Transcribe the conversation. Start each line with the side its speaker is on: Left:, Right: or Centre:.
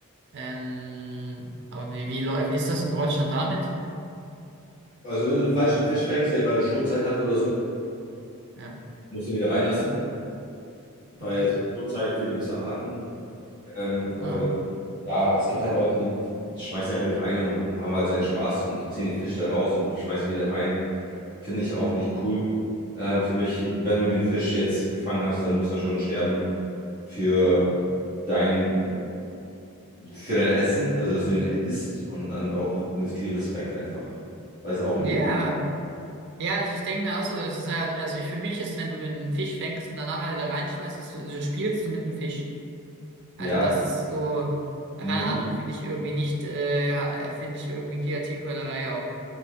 Right: Ähm, aber wie, wie läuft, ist das in Deutschland damit?
Left: Also wenn du den falschen Fisch fängst, der gerade Schonzeit hat oder so,
Right: Ja,
Left: musst du ihn wieder reinlassen, weil
Right: okay.
Left: das sind Schonzeiten für gewisse Arten. Ähm, aber
Right: Ah.
Left: wenn- ja, es gibt halt Leute, die schmeißen die Angel rein und haben halt seinen Spaß und ziehen den Fisch da raus und schmeißen ihn wieder rein. Finde ich auch nicht
Right: hm,
Left: cool. Ähm, für mich, wenn du den Fisch jetzt gefangen hast, dann muss er schon sterben für
Right: hm.
Left: dein, für dein Essen, also dass du ihn isst und dann auch mit viel Respekt einfach, weil es auch ein
Right: Ja,
Left: Leben. ist.
Right: ja, also ich denke mir auch so, das ist ja, also ich, für mich ist, wenn du den Fisch fängst und danach halt da reinschmeißt, das, also spielst du mit dem Fisch. Also
Left: Ja,
Right: das ist so, keine
Left: finde
Right: Ahnung, finde ich irgendwie nicht, äh, ja, finde ich irgendwie Kreativquälerei auch.